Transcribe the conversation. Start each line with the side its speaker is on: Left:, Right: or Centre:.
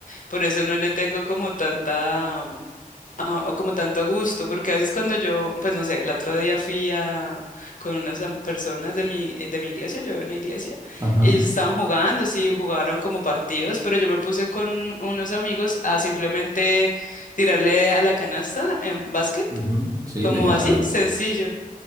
Left: Por eso no le tengo como tanta, mm, ah, o como tanto gusto, porque a veces cuando yo, pues no sé, el otro día fui a, con unas am- personas de mi, eh, de mi iglesia, yo de una iglesia,
Right: Ajá.
Left: y ellos estaban jugando, sí, jugaron como partidos, pero yo me puse con unos amigos a simplemente tirarle a la canasta en básquet,
Right: ujú. Sí,
Left: como
Right: me encanta
Left: así,
Right: el básquet.
Left: sencillo,